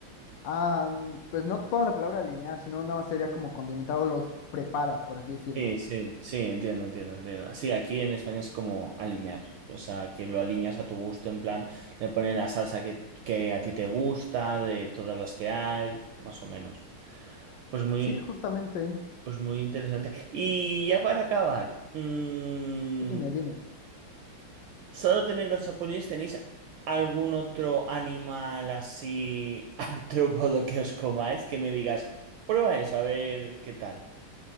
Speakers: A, on the left (about 75°); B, on the right (about 75°).
A: Ah, mm, pues no ocupamos la palabra alinear, sino nada más sería como condimentado, los preparas, por así decirlo.
B: Sí, sí, sí, entiendo, entiendo, entiendo. Sí, aquí en España es como aliñar, o sea, que lo aliñas a tu gusto, en plan, le pones la salsa que, que a ti te gusta, de todas las que hay, más o menos. Pues muy,
A: Sí, justamente.
B: pues muy interesante. Y ya para acabar, mm,
A: Dime, dime.
B: ¿Solo tenéis los chapulines? ¿Tenéis algún otro animal así <laughs> artrópodo que os comáis? Que me digas, prueba eso, a ver qué tal.